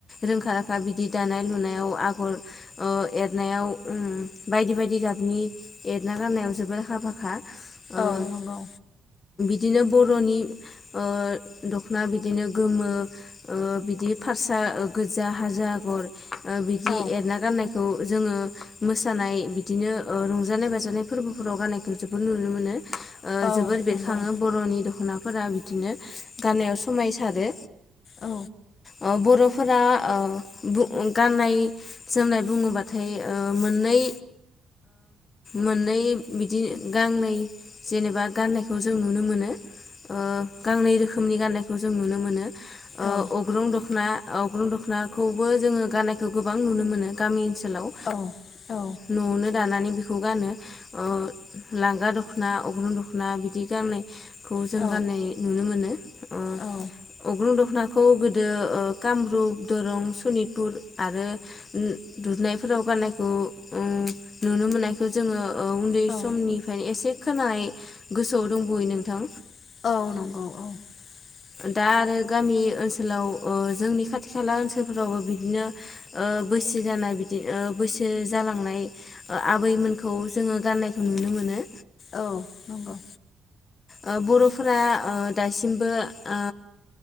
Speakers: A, on the left; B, on the left.
A: रोंखा राखा बिदि दानाय लुनायाव आगर ओ एरनायाव ओम बायदि बायदि गाबनि एरना गाननायाव जबोर आखा फाखा ओ
B: औ नंगौ।
A: बिदिनो बरनि ओ द'खना बिदिनो गोमो ओ बिदि फारसा ओ गोजा हाजो आगर - बिदि
B: औ
A: एरना गाननायखौ जोङो मोसानाय बिदिनो रंजानाय बाजानाय फोरबोफोराव गाननायखौ जोबोर नुनो मोनो ओ
B: औ
A: जोबोर बेरखाङो
B: नंगौ
A: बर'नि द'खना फोरा बिदिनो गाननायाव समायसारो
B: औ
A: ओ बर' फोरा ओ बु गाननाय जोमनाय बुङोबाथाय ओ मोननै मोननै बिदि गांनै जेनेबा गाननायखौ जों नुनो मोनो। ओ गांनै रोखोमनि गान्नायखौ जों नुनो मोनो
B: औ
A: अग्रं द'खना अग्रं द'खनाखौबो जोङो गाननायखौ गोबां नुनो मोनो गामि ओनसोल लाव
B: औ औ
A: न'आवनो दानानै बेखौ गानो। ओ लांगा द'ख द'खना अग्रुं द'खना बिदि गाननाय खौ जों
B: औ
A: गाननाय नुनो मोनो। ओ
B: औ।
A: अग्रं द'खनाखौ गोदो ओ कामरुप दरं सनितपुर आरो ओम‌ दुदनायफोराव गाननायखौ ओम नुनो मोननायखौ जोङो उन्दै
B: औ
A: समनिफ्रायनो एसे खोनाय गोसोआव दंबयो नोंथां।
B: औ।
A: दा आरो गामि ओनसोलाव ओ जोंनि खाथि खाला ओनसोलफोरावबो बिदिनो ओ बैसो जानाय बिदि बैसो जालांनाय आबैमोनखौ जोङो गाननायखौ नुनो मोनो।
B: औ नंगौ
A: ओ बरफोरा ओ दासिमबो आ